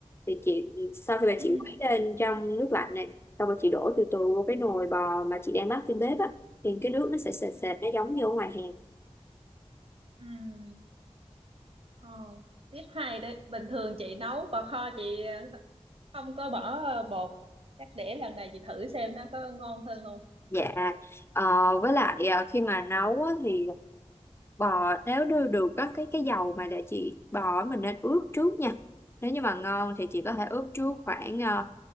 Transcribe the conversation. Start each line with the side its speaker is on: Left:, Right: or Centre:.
Left: thì chị sau khi mà
Right: ừ
Left: chị quấy lên trong nước lạnh này xong rồi chị đổ từ từ vô cái nồi bò mà chị đang bắt trên bếp á thì cái nước nó sẽ sệt
Right: ừ
Left: sệt nó giống như ở ngoài hàng
Right: ừ Ờ, tiếp hai đấy bình thường chị nấu bò kho chị ờ, không có bỏ ờ, bột chắc để lần này chị thử xem nó có ngon hơn không
Left: Dạ, ờ, với lại ờ, khi mà nấu á, thì bò nếu đưa được á, cái cái dầu mà để chị bò á, mình nên ướp trước nha. Nếu như mà ngon thì chị có thể ướp trước khoảng ờ,